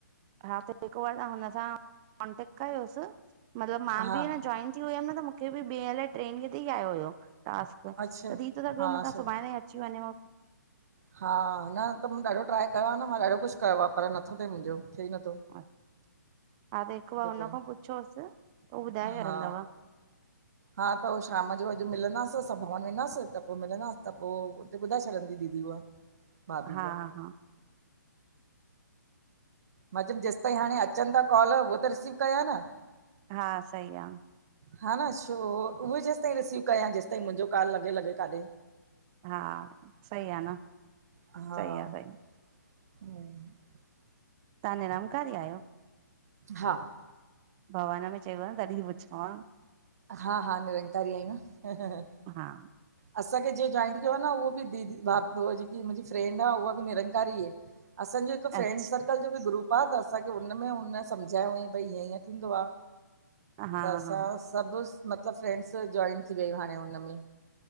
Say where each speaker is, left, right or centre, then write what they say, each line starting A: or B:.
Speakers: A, on the right (about 20°); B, on the right (about 55°).
A: हा त हिकु बार तव्हां हुन सां कॉन्टेक्ट कयोसि, मतलबु मां
B: हा
A: बि अंञां जॉइन थी हुयमि न त मुखे ॿियें अलाए ट्रें ॾीहं तेे ई आयो हुयो। -टास्क,
B: अच्छा
A: त थी तो सघेव
B: हा
A: मतां
B: अच्छा
A: सुभाणे अची वंञेंव
B: हा न त मूं ॾाढो ट्राए कयो आ न, मां ॾाढो कुछु कयो आ पर नथो थिए मुंजो, थिए ई नत्थो।
A: हा त हिकु बार हुन
B: पियो
A: खां पुछोसि, हू ॿुधाए
B: हा
A: छॾंदव।
B: हा त हो शाम जो अॼु मिलंदास, असां भवन वेंदासीं त पो मिलंदास त पो त ॿुधाए छॾंदी दीदी हुव।
A: <inaudible>
B: भाभी उहा,
A: हा
B: मां चयुमि जेसिताईं हाणे अचनि ता त कॉल उहो त रिसीव कयां न
A: हा सही आ
B: हा न छो उहे जेसि ताईं रिसीव कयां, जेसिताईं मुंहिंजो काल लॻे -लॻे काॾे
A: हा सही आ न,
B: हा
A: सही आ सही
B: हम्म
A: तव्हां निरंकारी आहियो
B: हा।
A: भवन में चयुव न, तॾहिं ती पुछाव।
B: हा -हा, निरंकारी आहियूं न
A: हा।
B: असांखे जेहे जॉइंट कयो आह न, उहो बि दीदी उ जेकी मुंहिंजी फ्रेंंड आ उहा बि निरंकारी आहे। असांजो हिकु फ्रेंड
A: अच्छा
B: सर्कल जो बि ग्रुप आ त, असांखे हुनमें हुन सम्झायो हईं भई हीअं ईअं थींदो आ
A: हा
B: त असां
A: हा
B: सभु मतिलबु फ्रैंड्स जॉइन थी वियूं हाणे उन्ह में